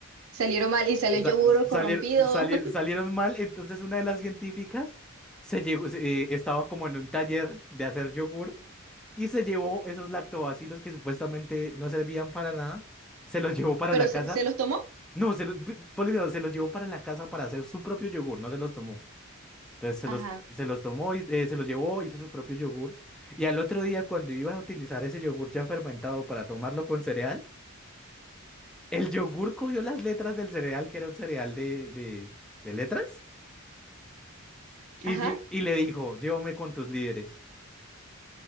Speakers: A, on the right (about 65°); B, in the centre.
A: Salieron mal y salió
B: Sa-
A: yogur
B: salier-
A: corrompido,
B: salier-
A: <laughs>
B: salieron mal, entonces una de las científicas se llegó, se- eh, estaba como en un taller de hacer yogurt y se llevó esos lactobacilos que supuestamente no servían para nada, se los llevó para
A: pero
B: la casa.
A: se, se los tomó.
B: No, se los, ponle cuidado, se los llevó para la casa para hacer su propio yogur, no se los tomó. Entonces se
A: ajá.
B: los, se los tomó, y, eh, se los llevó, hizo su propio yogur. Y al otro día, cuando iba a utilizar ese yogur ya fermentado para tomarlo con cereal, el yogur cogió las letras del cereal, que era un cereal de, de, de letras, y,
A: Ajá.
B: di- y le dijo, llévame con tus líderes,